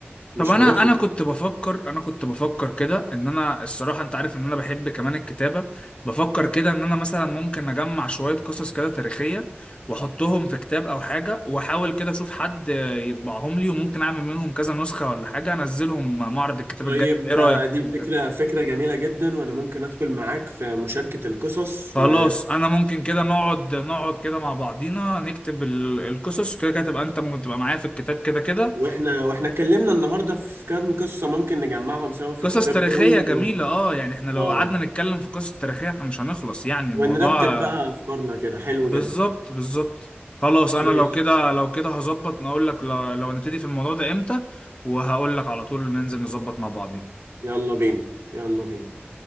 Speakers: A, on the right; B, on the left.
A: مش
B: طب انا
A: هنخلص
B: انا كنت بفكر انا كنت بفكر كده ان انا الصراحه انت عارف ان انا بحب كمان الكتابه بفكر كده ان انا مثلا ممكن اجمع شويه قصص كده تاريخيه واحطهم في كتاب او حاجه واحاول كده اشوف حد يطبعهم لي وممكن اعمل منهم كذا نسخه ولا حاجه انزلهم معرض الكتاب
A: طيب
B: الجاي ايه
A: ده
B: رايك في
A: دي فكره
B: كده؟
A: فكره جميله جدا وانا ممكن ادخل معاك في مشاركه القصص
B: خلاص
A: و...
B: انا ممكن كده نقعد نقعد كده مع بعضينا نكتب ال- القصص وكده كده تبقى انت ممكن تبقى معايا في الكتاب كده كده
A: واحنا واحنا اتكلمنا النهارده في كام قصة ممكن نجمعهم سوا في
B: قصص
A: الكتاب
B: تاريخية
A: ده و...
B: جميلة اه يعني احنا لو
A: اه
B: قعدنا نتكلم في قصص تاريخية احنا مش هنخلص يعني
A: ونرتب
B: الموضوع آه،
A: بقى افكارنا كده حلو
B: بالظبط
A: جدا
B: بالظبط خلاص انا
A: ماشي
B: لو كده لو كده هظبط نقول لك لو, لو نبتدي في الموضوع ده امتى وهقول لك على طول ننزل نظبط مع بعضين
A: يلا بينا يلا بينا